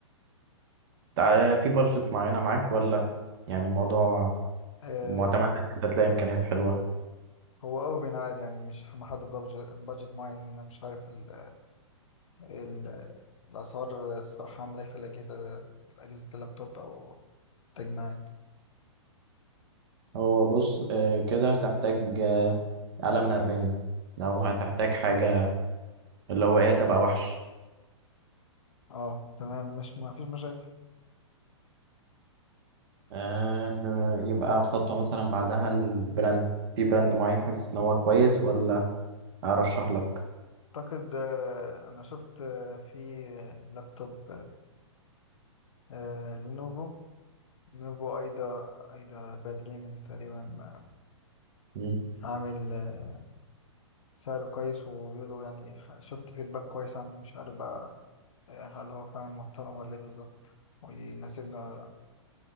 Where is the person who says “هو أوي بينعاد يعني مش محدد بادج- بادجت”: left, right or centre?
Left